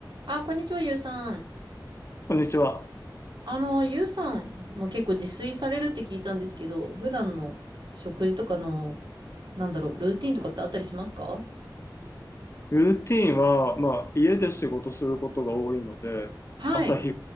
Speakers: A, on the right; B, on the left.
A: あ、こんにちは、ゆうさん。
B: こんにちは。
A: あの、ゆうさんも結構自炊されるって聞いたんですけど、普段の食事とかの、なんだろう、ルーティンとかってあったりしますか
B: ルーティーンは、まあ、家で仕事することが多いので、
A: はい。
B: 朝日